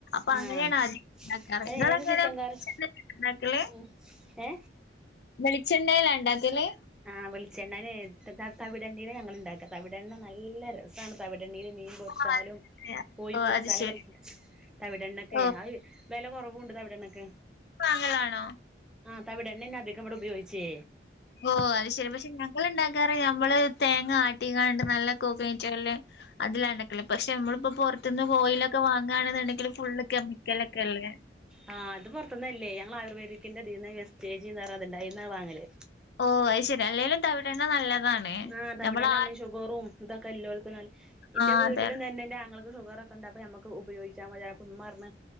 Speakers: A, on the left; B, in the centre.
A: പ്പ അങ്ങനേണ്
B: ആഹ്
A: <inaudible> ഇണ്ടാക്കാറ്.
B: അത്
A: ഇങ്ങളെങ്ങനെ
B: ഏത് ചിക്കൻ കറി
A: <inaudible> ഇണ്ടാക്കല്?
B: ഉം ഏ?
A: വെളിച്ചെണ്ണേലാ ഇണ്ടാക്കല്?
B: ആ വെളിച്ചെണ്ണനേ എടുത്തിട്ടാ തവിടെണ്ണീല ഞങ്ങള് ഇണ്ടാക്കാ. തവിടെണ്ണ നല്ല രസാണ് തവിട് എണ്ണീല് മീൻ പൊരിച്ചാലും
A: ഓഹ് അത്
B: കോയി
A: ഓഹ്
B: പൊരിച്ചാലൊക്കെ
A: അത് ശരി.
B: നല്ല തവിടെണ്ണക്കെ
A: ഓഹ്
B: ആഹ് വെല കൊറവുണ്ട് തവിടെണ്ണക്ക്.
A: ങ്ങളാണോ?
B: ആ തവിടെണ്ണന്നേ അധികം ഇവടെ ഉപയോഗിച്ചേ.
A: ഓ അത് ശരി പക്ഷെ ഞങ്ങള്ണ്ടാ ക്കാറ് ഞമ്മള് തേങ്ങ ആട്ടിക്കാണ്ട് നല്ല കോക്കനറ്റൊയില് അതിലാണ്ടക്കല്. പക്ഷേ നമ്മളിപ്പോ പൊർ ത്തുന്ന് ഓയിലൊക്കെ വാങ്ങാണെന്നുണ്ടെങ്കില് ഫുള്ള് കെമിക്കലൊക്കെ അല്ലേ?
B: ആ ഇത് പൊറത്തുന്നല്ലേ. ഞങ്ങൾ ആയുർവേദിക്കിന്റെതീന്ന് എസ് കേ ജീ ന്നറഞ്ഞതിണ്ട് അയിന്ന വാങ്ങല്.
A: ഓഹ്! അത് ശരി. അല്ലേലും തവിടെണ്ണ നല്ലതാണ്.
B: ആ തവിടെണ്ണമ്മള്
A: നമ്മള്
B: ഷുഗറും ഇതൊക്കെല്ലോൽക്ക് നല്ല
A: ആഹ്
B: ന്റെ വീട്ടിലും
A: അതെ.
B: ഇതന്നെ. ന്റെ ആങ്ങൾക്ക് ഷുഗറൊക്ക് ണ്ട് ഞമ്മക്ക് ഉപയോഗിച്ചാമതി പറഞ്ഞപ്പ ഉമ്മാർഞ്ഞ്